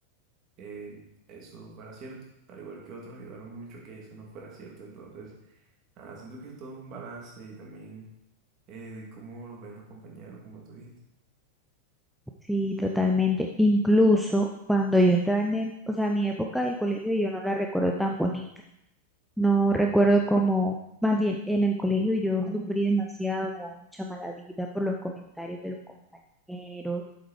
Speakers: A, on the right (about 35°); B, in the centre.
A: eh, eso fuera cierto, al igual que otros ayudaron mucho que eso no fuera cierto. Entonces, ah, siento que es todo un balance y también eh, de cómo lo ven los compañeros, como tú dijiste.
B: Sí, totalmente. Incluso cuando yo estaba en el, o sea, mi época del colegio yo no la recuerdo tan bonita No recuerdo cómo, más bien en el colegio yo sufrí demasiado, me daba mucha mala vida por los comentarios de los compañeros,